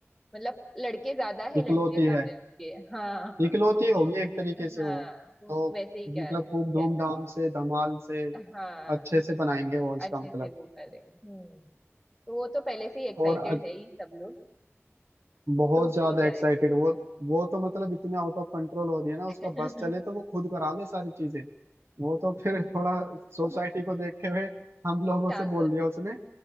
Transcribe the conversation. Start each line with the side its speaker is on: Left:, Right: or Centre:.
Centre: मतलब लड़के ज्यादा है
Right: इकलौती
Centre: लड़कियां कम
Right: है
Centre: है उसके हाँ हाँ
Right: इकलौती होगी एक तरीके से
Centre: हाँ
Right: वो
Centre: वो
Right: तो
Centre: वैसे ही क्या
Right: मतलब
Centre: कह
Right: खूब धूमधाम
Centre: सकते
Right: से धमाल से
Centre: हाँ
Right: अच्छे से बनाएंगे वो इसका
Centre: अच्छे
Right: मतलब
Centre: से वो करे हम्म तो वो तो पहले से ही एक्साइटेड
Right: और अ-
Centre: है ही सब लोग
Right: बहुत
Centre: तो
Right: ज्यादा
Centre: हो ही जाएगा
Right: एक्साइटेड वो वो तो मतलब इतने आउट ऑफ कंट्रोल हो रही है ना
Centre: <laughs>
Right: उसका बस चले तो वो खुद करा ले सारी चीजें वो तो फिर थोड़ा सोसाइटी को देखते हुए हम लोगों
Centre: शांत
Right: से बोल
Centre: होना
Right: दिया
Centre: है।
Right: उसने